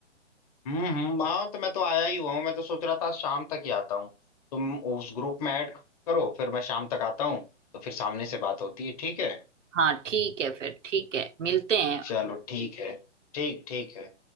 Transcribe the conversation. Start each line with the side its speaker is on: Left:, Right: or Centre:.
Left: हम्म हम्म हाँ तो मैं तो आया ही हुआ हूँ मैं तो सोच रहा था शाम तक ही आता हूँ तुम उस ग्रुप में ऐड करो फिर मैं शाम तक आता हूँ तो फिर सामने से बात होती है ठीक है
Right: हाँ ठीक है फिर ठीक है मिलते हैं
Left: चलो ठीक है ठीक ठीक है